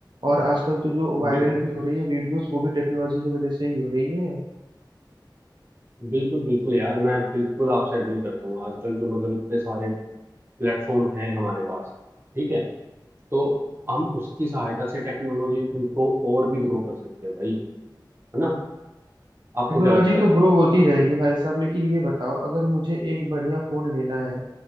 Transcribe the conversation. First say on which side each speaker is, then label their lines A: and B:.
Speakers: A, on the right; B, on the right.
A: और आजकल तो जो वायरल
B: बिल,
A: भी हो रही है वीडियोस वो भी टेक्नोलॉजी की वजह से ही हो रही है
B: बिल्कुल बिल्कुल यार मैं बिल्कुल आपसे एग्री करता हूँ आजकल जो मतलब इतने सारे प्लेटफॉर्म हैं हमारे पास ठीक है तो हम उसकी सहायता से टेक्नोलॉजी को और भी ग्रो कर सकते हैं भाई है ना आपको
A: टेक्नोलॉजी
B: क्या लगता
A: तो
B: है
A: ग्रो होती रहेगी भाई साहब लेकिन ये बताओ अगर मुझे एक बढ़िया फोन लेना है